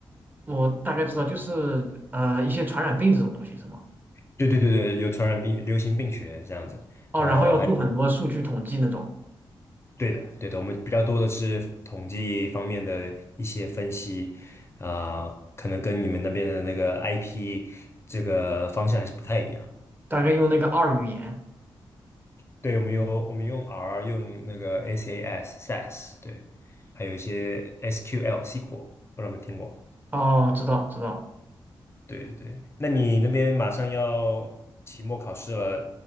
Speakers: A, on the right (about 20°); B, on the left (about 25°).
A: 我大概知道，就是呃一些传染病这种东西是吗？
B: 对对对对，有传染病、流行病学这样子，
A: 哦，
B: 然后还。
A: 然后要做很多数据统计那种，
B: 对的，对的，我们比较多的是统计方面的一些分析，啊、可能跟你们那边的那个 IP 这个方向还是不太一样。
A: 大概用那个二语言。
B: 对，对，我们用我们用 R，用那个 SAS、SAS，对，还有一些 SQL、SQL，不知道你们听过。
A: 哦，知道知道。
B: 对对，那你那边马上要期末考试了，